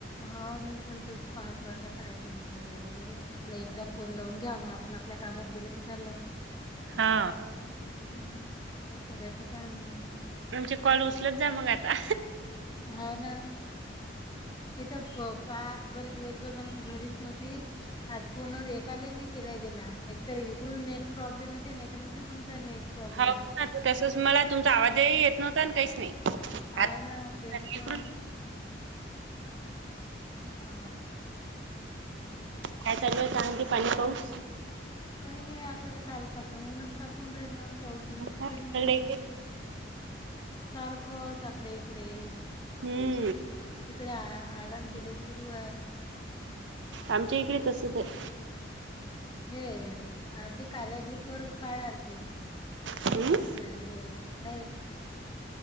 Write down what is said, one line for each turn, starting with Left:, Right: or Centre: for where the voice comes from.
Left: हा मी पण तेच पाहतो आता काय करू भाजी वगैरे म्हटलं एकदा फोन लावून घ्या मग आपण आपल्या कामात गेल की झालं.
Right: हा
Left: हुं करायचं काम मी.
Right: आमचे कॉल उचलत जा मग आता.
Left: हो ना मी पाच बरे दिवसभर मला मी घरीच नव्हती आज पन एकाला नाही केल्या गेला. एक तर इकडून नेट प्रॉब्लेम येते, नाही तर मग तीकूनचा नेट. प्रॉब्लेम
Right: हो
Left: येते.
Right: ना तसच मला तुमचा आवाजही येत नव्हता आणि काहीच नाही.
Left: हाव
Right: आता
Left: ना व तेच
Right: इकडून
Left: तर. हा.
Right: काय चालू आहे चहा की पाणी. पाऊस?
Left: काही नाही आता तर कालपासून ऊनच तापून राहिलं. पाऊस बीऊस
Right: सगळे
Left: काही नाही आता सारखंच आपल्या इकडे.
Right: हम्म
Left: तिकडे आळंदीले सुरू आहे.
Right: आमच्या इकडे तसच आहे
Left: हे ते कार्याग्रुपवर काढ आरती
Right: हम्म.
Left: म हे नाही